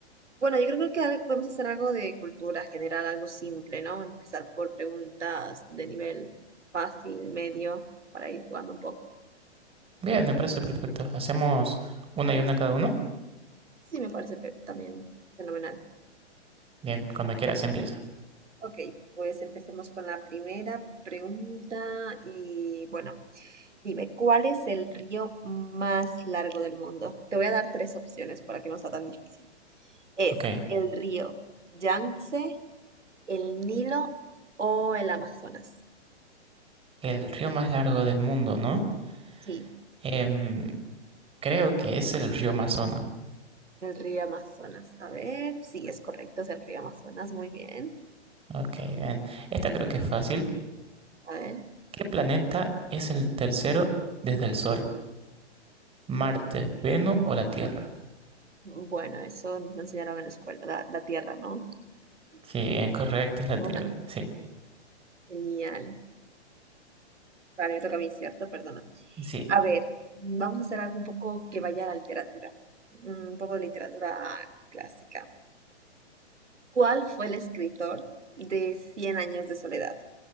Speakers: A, on the right; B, on the right.
A: Bueno, yo creo que al- podemos hacer algo de cultura general, algo simple, ¿no? Empezar por preguntas de nivel fácil, medio, para ir jugando un poco.
B: Bien, me parece perfecto. ¿Hacemos una y una cada uno?
A: Sí, me parece pe- también fenomenal.
B: Bien, cuando quieras empieza.
A: Ok, pues empecemos con la primera pregunta y bueno, dime, ¿cuál es el río más largo del mundo? Te voy a dar tres opciones para que no sea tan difícil. ¿Es
B: Ok.
A: el río Yangtze, el Nilo o el Amazonas?
B: El río más largo del mundo, ¿no?
A: Sí,
B: Em, creo que es el río Amazonas.
A: el río Amazonas. A ver, sí, es correcto, es el río Amazonas. Muy bien.
B: Ok, bien. Esta creo que es fácil.
A: A ver.
B: ¿Qué planeta es el tercero desde el Sol? ¿Marte, Venus o la Tierra?
A: Bueno, eso nos lo enseñaron en la escuela, la, la tierra, ¿no?
B: Sí, bien, correcto, es la
A: <laughs> Vale,
B: Tierra. Sí,
A: genial. Vale, me toca a mí, ¿cierto? Perdona.
B: sí.
A: A ver, vamos a hacer algo un poco que vaya a la literatura. mm, Un poco de literatura clásica. ¿Cuál fue el escritor de Cien años de soledad?